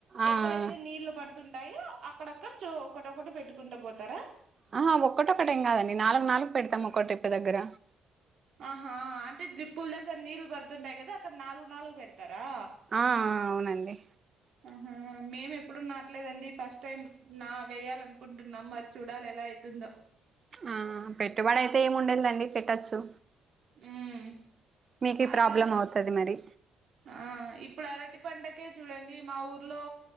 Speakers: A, on the right; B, on the right.
A: ఆ
B: ఎక్కడైతే నీళ్లు పడుతుంటాయో అక్కడక్కడ చో ఒకటోక్కటి పెట్టుకుంటా పోతారా
A: ఆహా ఒక్కటొక్కటేం కాదండి నాలుగు, నాలుగు పెడతాం ఒక్క డ్రిప్ దగ్గర
B: ఆహా ఆ అంటే డ్రిప్పుల దగ్గర నీళ్లు పడుతుంటాయి కదా అక్కడ నాలుగు, నాలుగు పెడతారా
A: ఆ అ అవునండి
B: ఆహా మేము ఎప్పుడు నాటలేదండి ఫస్ట్ టైం నా వేయాలి అనుకుంటున్నాం మరి చూడాలి ఎలా అయితుందో
A: ఆ పెట్టుబడి అయితే ఏమి ఉండందండి పెట్టచ్చు
B: ఉమ్
A: మీకే
B: అదే
A: ప్రాబ్లం అవుతది మరి
B: ఆ ఇప్పుడు అరటి పంటకే చూడండి మా ఊర్లో